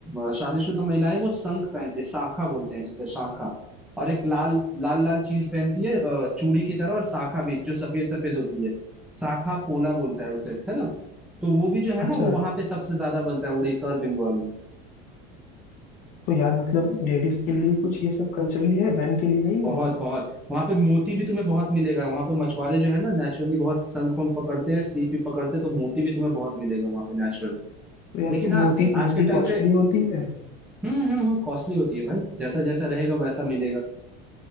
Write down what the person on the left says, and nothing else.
अच्छा
तो यार मतलब लेडीज के लिए कुछ ये सब कल्चरली है मेन के लिए नहीं
है
तो यार
मोती मोती
कॉस्टली
होती है